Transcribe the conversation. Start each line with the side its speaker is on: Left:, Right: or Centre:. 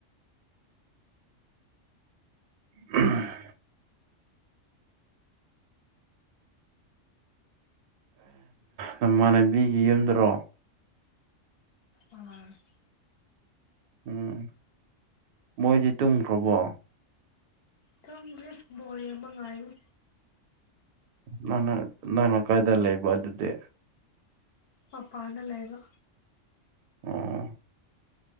Right: ꯎꯝ ꯅꯃꯥꯟꯅꯕꯤꯒꯤ ꯌꯨꯝꯗꯗ꯭ꯔꯣ
Left: ꯑ
Right: ꯎꯝ ꯃꯣꯏꯗꯤ ꯇꯨꯝꯈ꯭ꯔꯕꯣ
Left: ꯇꯨꯝꯗꯔꯤ ꯕꯣꯜ ꯌꯦꯛꯕ ꯉꯥꯏꯔꯤ
Right: ꯅꯪꯅ ꯅꯪꯅ ꯀꯥꯏꯗ ꯂꯩꯏꯕ ꯑꯗꯨꯗꯤ
Left: ꯃꯄꯥꯟꯗ ꯂꯩꯕ
Right: ꯑꯣ